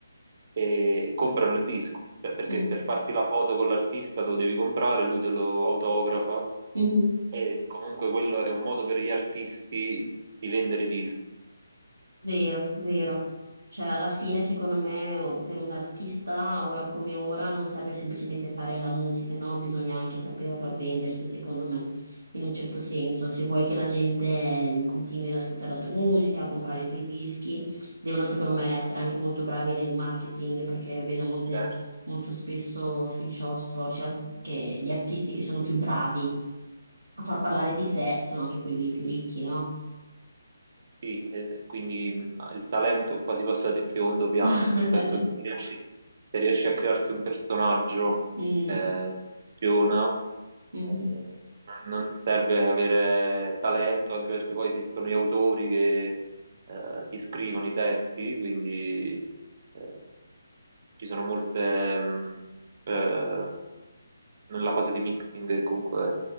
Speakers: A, on the right (about 40°); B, on the right (about 75°).
A: e comprano il disco, Cioè, perché
B: mm,
A: per farti la foto con l'artista lo devi comprare, lui te lo autografa
B: mhm.
A: e comunque quello è un modo per gli artisti di vendere i dischi.
B: Vero, vero. Cioè, alla fine, secondo me, o- per un artista, ora come ora, non serve semplicemente fare la musica, no? Bisogna anche saper vendersi, secondo me, in un certo senso. Se vuoi che la gente eh, continui ad ascoltare la tua musica, a comprare i tuoi dischi, devono, secondo me, essere anche molto bravi nel marketing, perché vedo molte-
A: Certo.
B: molto spesso sui show- social che gli artisti che sono più bravi a far parlare di sé sono anche quelli più ricchi, no?
A: Sì, eh, quindi mh, il talento è quasi passato in secondo piano,
B: <laughs>
A: nel senso che se riesci, se riesci a crearti un personaggio
B: Mm.
A: eh, funziona,
B: Mhm,
A: eh, non non serve avere talento, anche perché poi esistono gli autori che eh, ti scrivono i testi, quindi eh, ci sono molte, mh, eh, nella fase di mixing, comunque